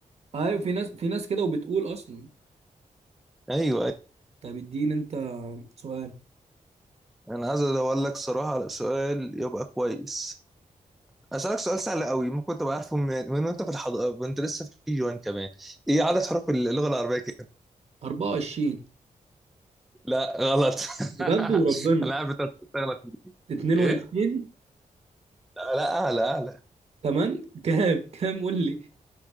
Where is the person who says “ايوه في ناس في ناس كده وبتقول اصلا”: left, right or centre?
Right